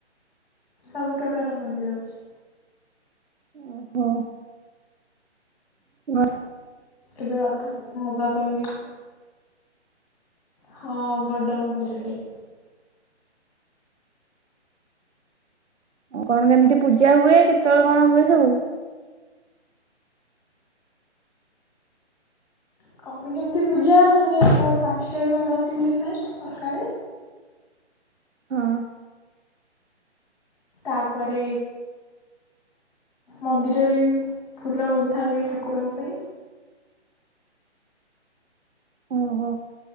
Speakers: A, on the left (about 35°); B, on the right (about 75°).
A: ସବୁ ପ୍ରକାରର ମନ୍ଦିର ଅଛି।
B: ଓହୋ। <unintelligible>
A: ଏବେ ରଥଯାତ୍ରା ହବା ପାଇଁ ବି ହଁ ବଡ଼ ମନ୍ଦିର ଟେ।
B: ଅ କଣ କେମିତି ପୂଜା ହୁଏ କେତେବେଳେ କଣ ହୁଏ ସବୁ?
A: କଣ କେମିତି ପୂଜା ମାନେ ଭୋର ପାସ୍ ଟାରୁ ଆଳତି ହୁଏ ଫାଷ୍ଟ ସକାଳେ।
B: ହଁ।
A: ତାପରେ ମନ୍ଦିରରେ ବି ଫୁଲ ଗୁନ୍ଥା ହୁଏ ଠାକୁରଙ୍କ ପାଇଁ।
B: ଓହୋ